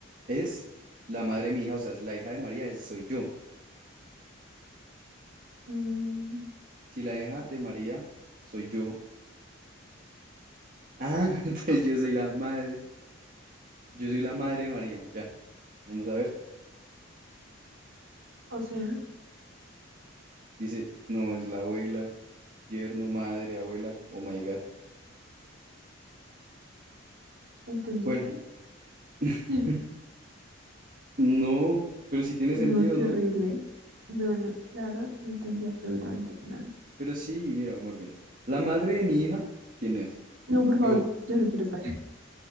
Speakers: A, on the right (about 40°); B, on the right (about 65°).
A: es la madre de mi hija, o sea, si la hija de María es, soy yo.
B: Mm,
A: Si la hija de María soy yo. Ah, <laughs> entonces yo soy la madre. Yo soy la madre de María, ya. Vamos a ver.
B: o sea,
A: Dice, no, es la abuela, yerno, madre, abuela. Oh my God.
B: ¿entendiste?
A: Bueno, <laughs>
B: <laughs>
A: no, pero sí tiene
B: No,
A: sentido,
B: qué
A: ¿no?
B: horrible. No, no, la verdad no entendí absolutamente nada.
A: Pero sí, mira, amor, mira. La madre de mi hija, ¿quién es?
B: No, por favor,
A: Yo.
B: yo no quiero saber.